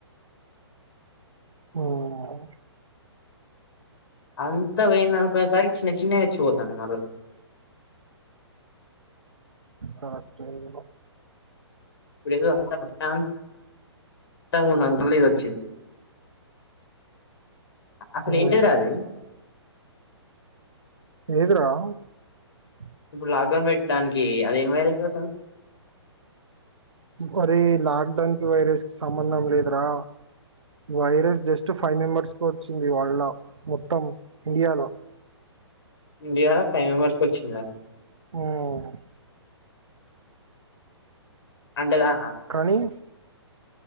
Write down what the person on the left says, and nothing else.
అంత పోయినక తారీఖ్ చిన్న చిన్నయ్ వచ్చి పోతున్నారు
ఇప్పుడేదో అంత ప్రశాతంగా అనుకున మళ్ల ఇదీ వచ్చింది అసలు
ఏంటిదిరా అది
ఇప్పుడు లాక్డౌన్ పెట్టడానికి అది ఏం వైరస్ అసలు
<unintelligible>
ఇండియాల ఫైవ్ మెంబర్స్ కొచ్చిందా
అంటే దా